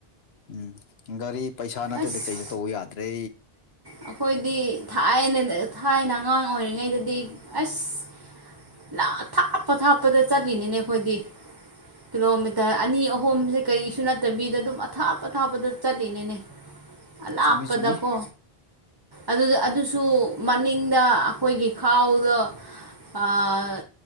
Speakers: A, on the left (about 80°); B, on the right (about 25°).
A: ꯎꯝ ꯒꯥꯔꯤ ꯄꯩꯁꯥ ꯅꯠꯇꯗꯤ
B: ꯑꯁ
A: ꯀꯩꯁꯨ ꯇꯧꯕ ꯌꯥꯗ꯭ꯔꯦ
B: ꯑꯩꯈꯣꯏꯗꯤ ꯊꯥꯏꯅ ꯊꯥꯏꯅ ꯑꯉꯥꯡ ꯑꯣꯏꯔꯤꯉꯩꯗꯗꯤ ꯑꯁ ꯂꯥꯞ ꯊꯥꯞꯄ ꯊꯥꯞꯄꯗ ꯆꯠꯂꯤꯅꯤꯅꯦ ꯑꯩꯈꯣꯏꯗꯤ ꯀꯤꯂꯣ ꯃꯤ ꯇꯔ ꯑꯅꯤ ꯑꯍꯨꯝꯁꯦ ꯀꯔꯤꯁꯨ ꯅꯠꯇꯕꯤꯗ ꯑꯗꯨꯝ ꯑꯊꯥꯞ ꯑꯊꯥꯞꯄꯗꯁꯨ ꯆꯠꯂꯤꯅꯤꯅꯦ ꯑꯂꯥꯞꯄꯗꯀꯣ
A: ꯆꯨꯝꯃꯤ ꯆꯨꯝꯃꯤ
B: ꯑꯗꯨꯗꯨ ꯑꯗꯨꯁꯨ ꯃꯅꯤꯡꯗ ꯑꯩꯈꯣꯏꯒꯤ ꯈꯥꯎꯗꯣ ꯑꯥ ꯑꯥ